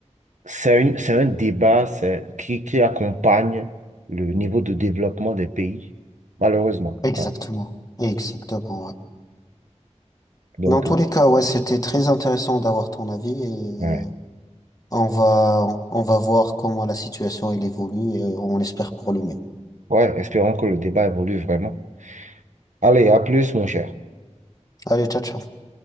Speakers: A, on the right; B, on the left.
A: c'est une, c'est un débat c'est, qui, qui accompagne le niveau de développement des pays, malheureusement.
B: Exactement.
A: hein.
B: Exactement. ouais.
A: Donc,
B: Dans tous
A: euh,
B: les cas, ouais, c'était très intéressant d'avoir ton avis et
A: ouais.
B: on va on va voir comment la situation elle évolue et on espère pour le mieux.
A: Ouais, espérons que le débat évolue vraiment. Allez, à plus, mon cher.
B: Allez, ciao, ciao.